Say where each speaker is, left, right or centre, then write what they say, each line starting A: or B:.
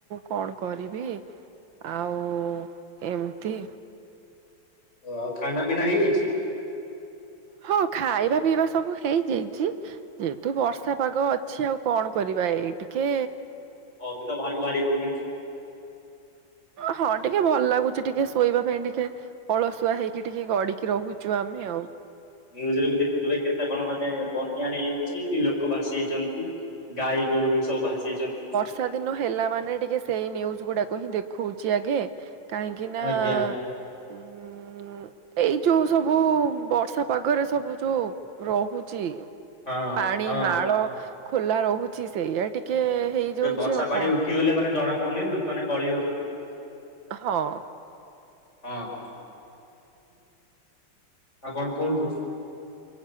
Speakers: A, on the right; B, on the left.
A: କଣ କରିବି। ଆଉ ଏମତି।
B: ଓ ଆଉ ଖାନା ପିନା ହେଇଯାଇଛି।
A: ହଁ ଖାଇବା ପିଇବା ସବୁ ହେଇଯାଇଛି ଯେହେତୁ ବର୍ଷା ପାଗ ଅଛି ଆଉ କଣ କରିବା ଏଇ ଟିକେ
B: ଅ ବି ତ ବାହାର କୁ ବାହାରି ହବନି।
A: ହଁ ଟିକେ ଭଲ ଲାଗୁଛି ଟିକେ ଶୋଇବା ପାଇଁ ଟିକେ ଅଳସୁଆ ହେଇକି ଟିକେ ଗଡିକି ରହୁଛୁ ଆମେ ଆଉ
B: ୁଜରେ ବି ଦେଖୁଥିବେ କେତେ କଣ ମାନେ ବନ୍ୟା ହେଇଯାଇଛି ଲୋକ ଭାସି ଯାଇଛନ୍ତି। ଗାଈ ଗୋରୁୀ ସବୁ ଭାସେଇଛନ୍ତି।
A: ବର୍ଷା ଦିନ ହେଲା ମାନେ ଟିକେ ସେଇ ନିୁଜ ଗୁଡାକ ହିଁ ଦେଖଉଛି ଆଗେ କାହିଁକି ନା
B: ଆଜ୍ଞା
A: ଉ ହୁ ଏଇ ଯୋଉ ସବୁ ବର୍ଷା ପାଗରେ ସବୁ ଯୋଉ ରହୁଛି।
B: ହଁ
A: ପାଣି
B: ହଁ।
A: ନାଳ ଖୋଲା ରହୁଛି ସେଇଆ ଟିକେ ହେଇଯାଉଛି
B: ସେ ବର୍ଷା
A: ଆଉ
B: ପାଣି
A: କଣ
B: ଉଠିଗଲେ ମାନେ ଜଣା ପଡୁନି ଲୋକମାନେ ଗଳି ହଉଛନ୍ତି।
A: ହଁ।
B: ହଁ ଆଉ କଣ କୁହନ୍ତୁ?